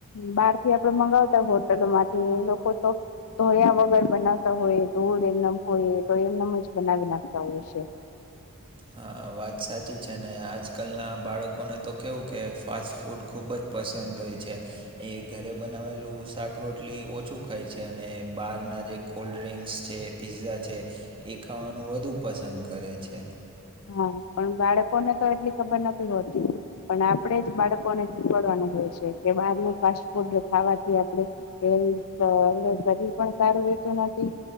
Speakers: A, on the left; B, on the right.
A: બહાર થી આપડે મગાવતા હોય હોટલોમાંથી લોકો તો ધોયા વગર બનાવતા હોય તોડ એમનેમ હોય તો એમનેમ જ બનાવી નાખતા હોય છે
B: હા વાત સાચી છે ને આજકાલના બાળકોને તો કેવું કે ફાસ્ટ ફૂડ ખૂબ જ પસંદ હોય છે એ ઘરે બનાવેલું શાક રટલી ઓછું ખાય છે અને બહાર ના જે કોલ્ડ ડ્રિક્સ છે પીઝા છે એ ખાવાનું વધુ પસંદ કરે છે
A: હા પણ બાળકોને તો એટલી ખબર નથી હોતી. પણ આપડે જ બાળકોને શીખવાડવાનું હોય છે કે બહારનું ફાસ્ટ ફૂડ ખાવાથી આપડે તેની જ પર એ હ શરીર પણ સારું રહેતું નથી.